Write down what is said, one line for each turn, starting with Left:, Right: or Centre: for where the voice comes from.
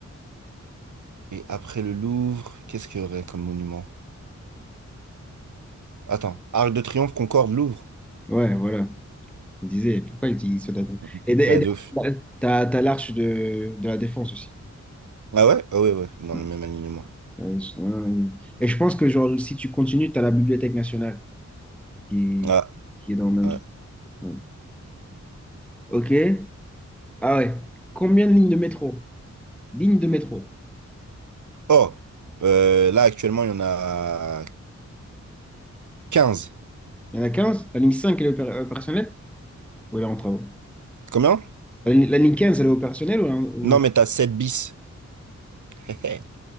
Right: et après le Louvre, qu'est-ce qu'il y aurait comme monument? Attends, Arc de Triomphe, Concorde, Louvre.
Centre: Ouais, voilà. Je me disais, pourquoi ils utilisent ça d'accord.
Right: Mhm.
Centre: Et, de- et
Right: Ouais,
Centre: de-
Right: de ouf.
Centre: t'as, t'as l'arche de, de la Défense aussi.
Right: Ah ouais? Ah ouais, ouais, dans
Centre: Ouais.
Right: le même alignement.
Centre: Ouais, c'est- ouais. Et je pense que, genre, si tu continues, t'as la Bibliothèque nationale qui,
Right: Ah,
Centre: qui est dans le même
Right: ouais.
Centre: truc. Ouais. Ok. Ah ouais. Combien de lignes de métro? Lignes de métro.
Right: Oh, euh, là, actuellement, il y en a quinze
Centre: Il y en a quinze La ligne 5 elle est opé- opérationnelle? Ou elle est en travaux?
Right: Combien?
Centre: La, ligne la ligne 15, elle est opérationnelle ou elle est en- ou-
Right: Non, mais t'as 7 bis. <laughs>